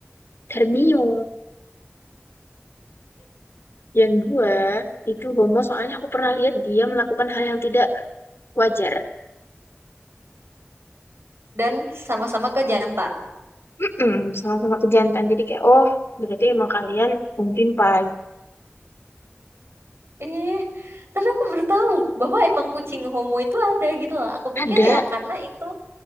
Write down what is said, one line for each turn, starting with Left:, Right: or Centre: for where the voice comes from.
Left: Darmio. Yang dua, itu Bomo soalnya aku pernah lihat dia melakukan hal yang tidak wajar.
Right: Dan sama-sama ke jantan.
Left: Mm-mm, sama-sama kejantan. Jadi kayak, oh, berarti emang kalian umpimpai.
Right: Eh, tapi aku baru tahu bahwa emang kucing homo itu ada gitu loh. Aku pikir
Left: Ada?
Right: ya karena itu,